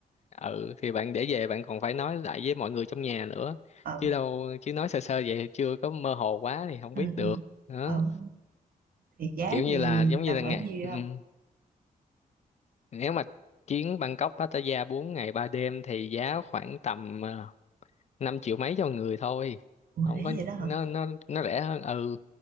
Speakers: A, on the left; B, on the right.
A: ừ thì bạn để về bạn còn phải nói lại với mọi người trong nhà nữa.
B: Ờ
A: Chứ đâu chứ nói sơ sơ vậy chưa có mơ hồ quá thì không
B: ừ
A: biết được.
B: ừ.
A: Đó,
B: Ờ thì giá
A: kiểu như
B: thì
A: là giống như
B: tầm
A: là
B: khoảng
A: ngày
B: nhiêu
A: ừ.
B: không?
A: ừ. Nếu mà chuyến Bangkok Pattaya 4 ngày 3 đêm thì giá khoảng tầm ờ, 5 triệu mấy cho người thôi
B: Ủa
A: không
B: nãy
A: có
B: vậy đó hả?
A: nó nó nó rẻ hơn ừ